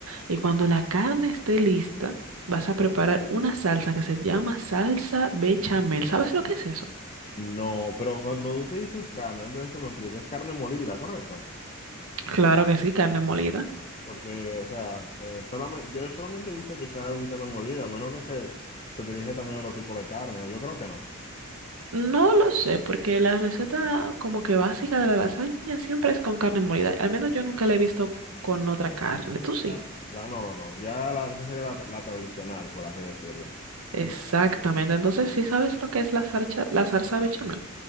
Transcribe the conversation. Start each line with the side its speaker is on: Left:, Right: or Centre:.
Right: Y cuando la carne esté lista, vas a preparar una salsa que se llama salsa bechamel. ¿Sabes lo que es eso?
Left: No, pero cuando tú te dices carne, antes de que me expliques, es carne molida, ¿correcto?
Right: Claro que sí, carne molida.
Left: Porque, o sea, eh, solamente, yo solamente he visto que sea un carne molida, a menos que se, se utilice también otro tipo de carne, o yo creo que no.
Right: No lo sé, porque la receta como que básica de la lasaña siempre es con carne molida. Al menos yo nunca la he visto con otra carne. Tú sí.
Left: Ya, ya. La, no, no, ya la, esa sería la, la tradicional, por así decirlo.
Right: Exactamente. Entonces, ¿sí sabes lo que es la salsa, la salsa bechamel?